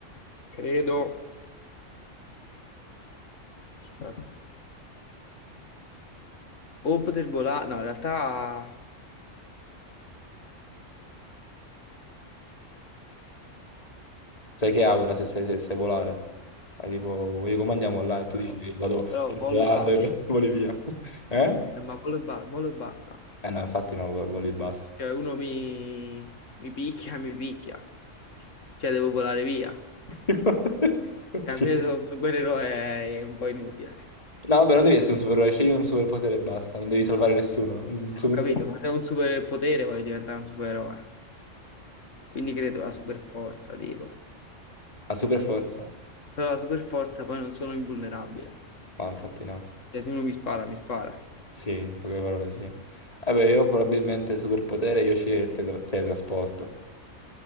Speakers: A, on the left; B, on the left.
A: Credo... Aspetta. O poter volare... No, in realtà...
B: Sai che aura se sai, se sai volare? Hai tipo, io come andiamo là? E tu
A: Però,
B: dici, vado
A: però
B: vado
A: volo
B: volando
A: e basta.
B: e <laughs> voli via. Eh?
A: Eh, ma quello e, ba- quello e basta.
B: Eh no, infatti no, vo- voli e basta.
A: Cioè, uno mi, mi picchia, mi picchia. Cioè, devo volare via. Cioè,
B: <laughs>
A: alla
B: Sì.
A: fine sono un supereroe è un po' inutile.
B: No, vabbè, non devi essere un supereroe, scegli un superpotere e basta, non devi salvare nessuno. Un superpotere.
A: Ho capito, ma se ho un superpotere voglio diventare un supereroe. Quindi credo la superforza, tipo.
B: A super forza?
A: Però la superforza poi non sono invulnerabile.
B: Ma infatti no.
A: Cioè, se uno mi spara, mi spara.
B: Sì, in poche parole sì. Vabbè, io probabilmente superpotere, io sceglierei il teletra- teletrasporto.